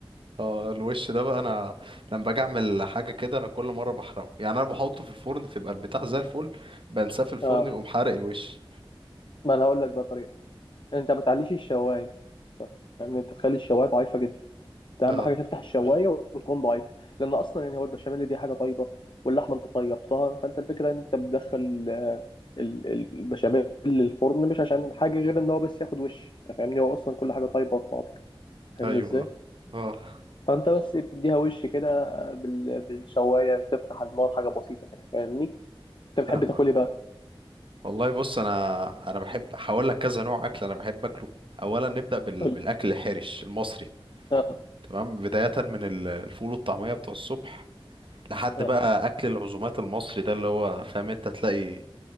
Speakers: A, on the right (about 65°); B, on the left (about 60°).
A: اه الوش ده بقى انا لما باجي اعمل حاجه كده انا كل مره بحرقه يعني انا بحطه في الفرن تبقى البتاع زي الفل بنساه في الفرن
B: اه
A: يقوم حارق الوش
B: ما انا هقول لك بقى طريقه انت ما تعليش الشوايه طب، فاهمني انت تخلي الشوايه ضعيفه جدا ده
A: اه
B: اهم حاجه تفتح الشوايه وتكون ضعيفه لان اصلا يعني هو البشاميل دي حاجه طيبه واللحمه انت طيبتها فانت الفكره ان انت بتدخل آه، ال- ال- البشاميل للفرن مش عشان حاجه غير ان هو بس ياخد وش انت فاهمني هو اصلا كل حاجه طيبه في بعضها فاهمني
A: ايوه
B: ازاي
A: اه اه
B: فانت بس بتديها وش كده بال- بالشوايه بتفتح النار حاجه بسيطه كده فاهمني انت
A: فاهمك
B: بتحب تاكل ايه بقى
A: والله بص انا انا بحب هقول لك كذا نوع اكل انا بحب اكله اولا نبدا بال...
B: قول.
A: بالاكل الحرش المصري
B: اه
A: تمام بدايه من ال- الفول والطعميه بتوع الصبح لحد
B: اه
A: بقى اكل العزومات المصري ده اللي هو فاهم انت تلاقي